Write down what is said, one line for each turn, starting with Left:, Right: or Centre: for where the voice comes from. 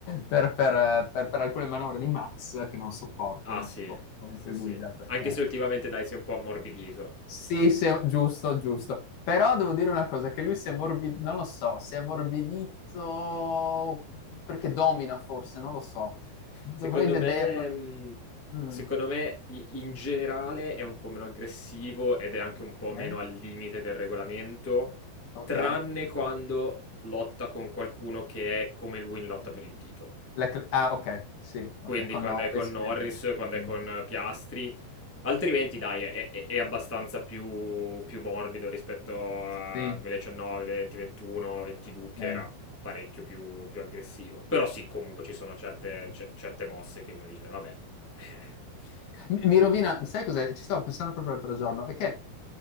Left: per- per- per- per alcune manovre di Max che non sopporto,
Centre: Ah
Left: non
Centre: sì,
Left: sopporto come
Centre: sì,
Left: in cui
Centre: sì.
Left: guida, perché
Centre: Anche se ultimamente dai si è un po' ammorbidito.
Left: sì, sì, giusto, giusto. Però devo dire una cosa, che lui si è morbidito, non lo so, si è morbidito perché domina forse, non lo so. Dovrei
Centre: Secondo
Left: vederlo.
Centre: me mhmm,
Left: Mm,
Centre: secondo me i in generale è un po' meno aggressivo ed è anche un po'
Left: ok,
Centre: meno al limite del regolamento,
Left: ok.
Centre: tranne quando lotta con qualcuno che è come lui in lotta per il titolo.
Left: Leclerc- ah, ok, sì,
Centre: Quindi
Left: ok, con
Centre: quando
Left: Norris.
Centre: è con Norris,
Left: Sì,
Centre: quando è con
Left: sì,
Centre: Piastri.
Left: sì.
Centre: Altrimenti, dai, è, è- è abbastanza più, più morbido rispetto a
Left: sì,
Centre: 2019, 20, 21, 22, che
Left: sì, sì, sì,
Centre: era parecchio più, più aggressivo. Però sì, comunque ci sono certe,
Left: sì.
Centre: ce- certe mosse che uno dice, vabbè. <laughs>
Left: Mi mi rovina, sai cos'è? Ci stavo pensando proprio l'altro giorno, è che